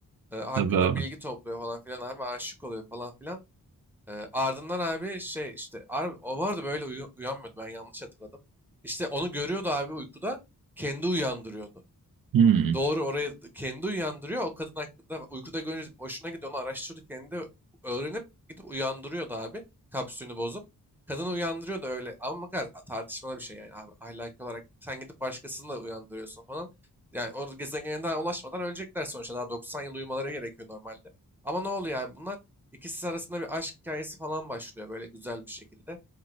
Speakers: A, in the centre; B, on the right (about 70°).
A: E, hakkında
B: Tabii abi.
A: bilgi topluyor falan filan abi aşık oluyor falan filan. Ee, ardından abi şey işte ar- o vardı böyle uyu- uyanmıyordu ben yanlış hatırladım. İşte onu görüyordu abi uykuda kendi uyandırıyordu.
B: Hmm.
A: Doğru oraya kendi uyandırıyor. O kadın hakkında uykuda görünce hoşuna gidiyor. Onu araştırdı kendi öğrenip gidip uyandırıyordu abi. Kapsülünü bozup. Kadını uyandırıyordu öyle. Ama bakar tartışmalı bir şey yani abi. Ahlaki olarak sen gidip başkasını da uyandırıyorsun falan. Yani o gezegene daha ulaşmadan ölecekler sonuçta. Daha 90 yıl uyumaları gerekiyor normalde. Ama ne oluyor yani bunlar ikisi arasında bir aşk hikayesi falan başlıyor böyle güzel bir şekilde.